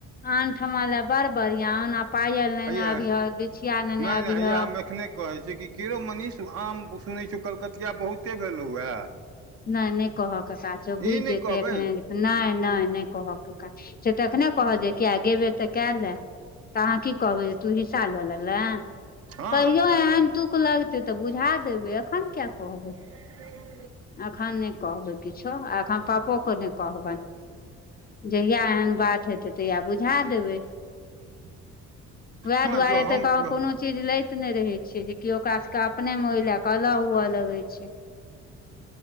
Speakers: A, on the left (about 30°); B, on the right (about 50°).
A: आन ठमा लेय बड़ बढ़िया ओना पायल लेने
B: हैया
A: अबि हँ बिछिया नेेने
B: नहि नहि
A: अबि
B: हैया
A: हँ
B: हम एखने कहै छै कि की रो मनीष आम सुनै छियौ कलकतिया बहुते भेलहुँ ए
A: नइ नइ कहऽ के काज छै ओ बुझि
B: ई नहि
A: जेतै
B: कहबै
A: एखने नइ नइ नइ कहऽ के काज से एखने कहत किया गेबे तऽ कएले तऽ अहाँ की कहबै तू हिस्सा लऽ लेले
B: हँ
A: कहियो एहन तुक लगतै तऽ बुझा देबै एखन किया कहबै
B: <inaudible>
A: अखन नहि कहबै किछो एखन पपोे कऽ नइ कहबै जहिया एहन बात हेतै तहिया बुझा देबै वएह
B: हँ
A: दुआरे
B: जँ हम
A: तऽ कह कोनो चीज लैत ने रहे छ जेकि ओकरा सबके के अपने में ओहि ले क अलग हुए लगे छै